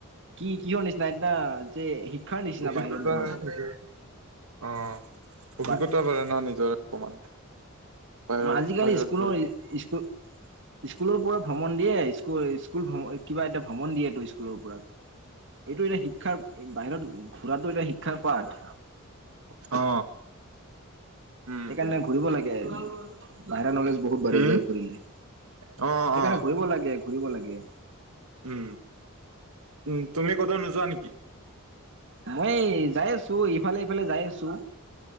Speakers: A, on the right; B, on the right.
A: কি কিহৰ নিচিনা সেইদিনা যে- শিক্ষাৰ নিচিনা
B: অভিজ্ঞতা
A: বাহিৰত ঘূৰাটো
B: থাকে। অ অভিজ্ঞতাও
A: বা
B: হয় ন নিজৰে অকমান। বাহিৰত
A: আজিকালি
B: বাহিৰত
A: স্কুলৰ
B: ঘৰত
A: স্কুল- স্কুলৰ পৰা ভ্ৰমণ দিয়ে স্কুল স্কুল কিবা এটা ভ্ৰমণ দিয়ে তো স্কুলৰ পৰা। এইটো এটা শিক্ষাৰ বাহিৰত ঘূৰাটো এটা শিক্ষাৰ পাঠ।
B: অ উম,
A: সেইকাৰণে ঘূৰিব লাগে বাহিৰৰ নলেজ বহুত বাঢ়ি
B: উম,
A: যায় ঘূৰিলে।
B: অ
A: সেইকাৰণে
B: অ'।
A: ঘূৰিব লাগে ঘূৰিব লাগে।
B: উম উম তুমি কটো নোযোৱা নেকি?
A: মই যাই আছো ইফালে ইফালে যাই আছো। ছো,